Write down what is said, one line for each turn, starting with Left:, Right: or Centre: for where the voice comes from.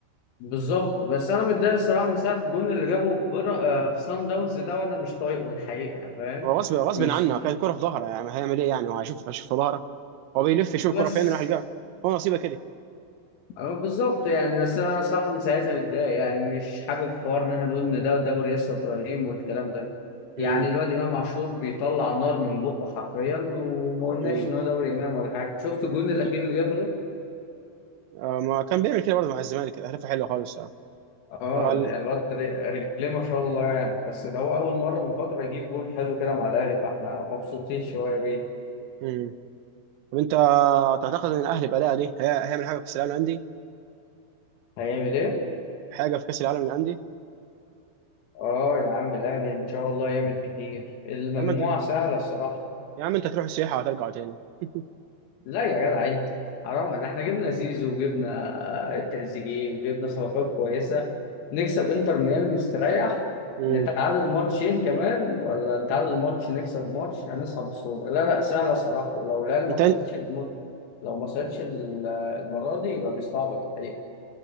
Left: بالظبط بس انا متضايق الصراحه من ساعه الجون اللي جابه في بر... آه، في صن داونز ده وانا مش طايقه الحقيقه فاهم
Right: هو غصب غصب
Left: مش
Right: عنه كانت كرة في ظهره يعني هيعمل ايه يعني هو هيشوف هيشوف في ظهره هو بيلف يشوف الكرة
Left: بس
Right: فين راح يلقاها هو نصيبه كده
Left: أه بالظبط يعني بس انا صح من ساعتها متضايق يعني مش حابب حوار ان احنا نقول ان ده دوري ياسر ابراهيم والكلام ده يعني
Right: امم
Left: الواد امام عاشور بيطلع نار من بقه حرفيا وما قلناش
Right: امم
Left: ان هو دوري امام ولا حاجه شفت الجون الاخير اللي جابه ده
Right: آه، ما كان بيعمل كده برضه مع الزمالك اهدافه حلوه خالص آه.
Left: اه
Right: قال
Left: يعني الواد ر- رجليه ما شاء الله يعني بس ده هو اول مره من فتره يجيب جون حلو كده مع الاهلي فاحنا مبسوطين شويه بيه
Right: امم طب انت تعتقد ان الاهلي باداء دي هي- هيعمل حاجه في كاس العالم للانديه
Left: هيعمل ايه
Right: حاجه في كاس العالم للانديه
Left: اه يا عم الاهلي ان شاء الله يعمل كتير المجموعه
Right: يا عم انت
Left: سهله الصراحه
Right: يا عم انت تروح السياحه وترجع تاني <laughs>
Left: لا يا جدع انت حرام ده احنا جبنا زيزو وجبنا آه، تريزيجيه وجبنا صفقات كويسه نكسب انتر ميامي مستريح
Right: امم
Left: نتعادل ماتشين كمان ولا نتعادل ماتش نكسب ماتش هنصعد بسهوله لا لا سهله الصراحه ولو لا لا ما
Right: انت
Left: صعدش الم... لو ما صعدش ال- المره دي يبقى بيستعبط الحقيقه